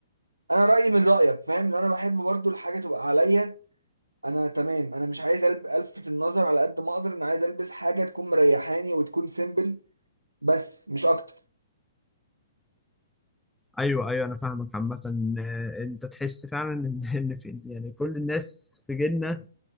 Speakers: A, on the right; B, in the centre.
A: انا رايي من رايك فاهم لو انا بحب برضه الحاجه تبقى عليا انا تمام انا مش عايز ألب... الفت النظر على قد ما اقدر انا عايز البس حاجه تكون مريحاني وتكون سيمبل بس مش اكتر
B: ايوه ايوه انا فاهمك عامه آه، انت تحس فعلا ان <laughs> ان في يعني كل الناس في جيلنا